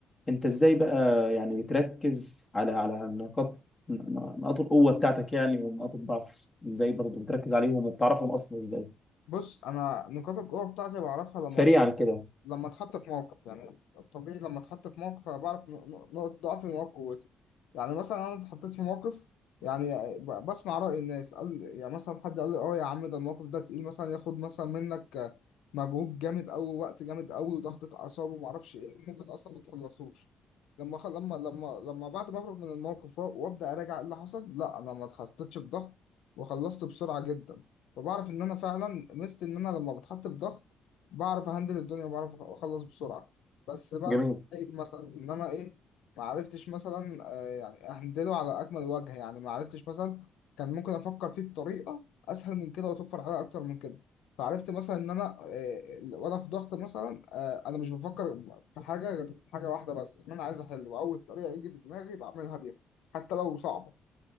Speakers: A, on the left (about 20°); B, on the left (about 85°).
A: انت ازاي بقى يعني بتركز على على نقاط ن- نقاط القوة بتاعتك يعني ونقاط الضعف ازاي برضه بتركز عليهم وبتعرفهم اصلا ازاي
B: بص أنا نقاط القوة بتاعتي بعرفها
A: سريعا
B: لما
A: كده
B: لما اتحط في موقف يعني طبيعي لما اتحط في موقف انا بعرف ن- ن- نقط ضعفي ونقط قوتي يعني مثلا انا اتحطيت في موقف يعني ب- بسمع رأي الناس قال يعني مثلا حد قال لي اه يا عم ده الموقف ده تقيل مثلا ياخد مثلا منك مجهود جامد قوي وقت جامد قوي وضغطة اعصاب وما اعرفش ايه ممكن اصلا ما تخلصوش لما خل... لما لما لما بعد ما اخرج من الموقف و- وابدا اراجع إيه اللي حصل لا انا ما اتحطيتش في ضغط وخلصت بسرعة جدا فبعرف ان انا فعلا مست ان انا لما بتحط في ضغط بعرف اهندل الدنيا وبعرف اخلص بسرعه بس بقى
A: جميل
B: في حقيقة مثلا ان انا ايه ما عرفتش مثلا آه، يعني اهندله على اكمل وجه يعني ما عرفتش مثلا كان ممكن افكر فيه بطريقه اسهل من كده وتوفر عليا اكتر من كده فعرفت مثلا ان انا آه، وانا في ضغط مثلا آه، انا مش بفكر في حاجه غير حاجه واحده بس ان انا عايز احل واول طريقه يجي في دماغي بعملها بيها حتى لو صعبه